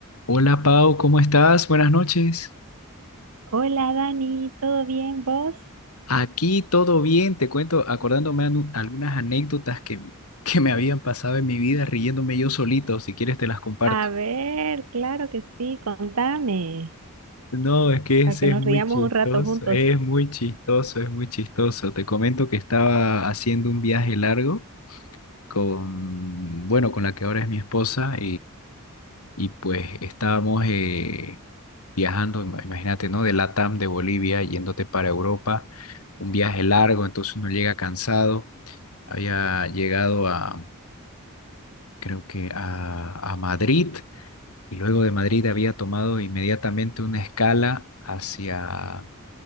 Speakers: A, on the left (about 80°); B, on the right (about 80°).
A: Hola Pau, ¿cómo estás? Buenas noches.
B: Hola Dani, ¿todo bien vos?
A: Aquí todo bien, te cuento, acordándome anu- algunas anécdotas que, m- que me habían pasado en mi vida riéndome yo solito, si quieres te las comparto.
B: A ver, claro que sí, contame,
A: No, es que ese
B: para que nos
A: es muy
B: riamos
A: chistoso,
B: un rato juntos.
A: es muy chistoso, es muy chistoso. Te comento que estaba haciendo un viaje largo con, bueno, con la que ahora es mi esposa y pues estábamos eh, viajando, ima- imagínate, ¿no? De Latam, de Bolivia, yéndote para Europa, un viaje largo, entonces uno llega cansado, había llegado a, creo que a, a Madrid, y luego de Madrid había tomado inmediatamente una escala hacia,